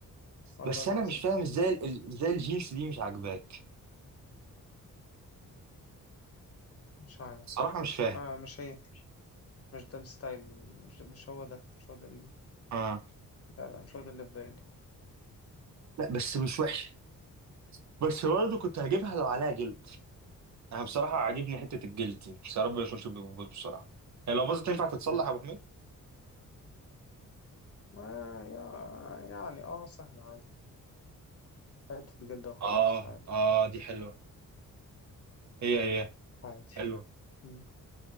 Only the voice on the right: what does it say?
بس
أنا مش فاهم إزاي ال- ال- إزاي الجينز دي مش عاجباك
صراحة مش فاهم
آه.
لا بس مش وحشة بس برضه كنت هجيبها لو عليها جلد انا بصراحه عاجبني حته الجلد دي بس يا رب ما يكونش بيبوظ بسرعه هي لو باظت تنفع تتصلح
يا ابو حميد
اه
اه دي حلوة هي هي
حلوة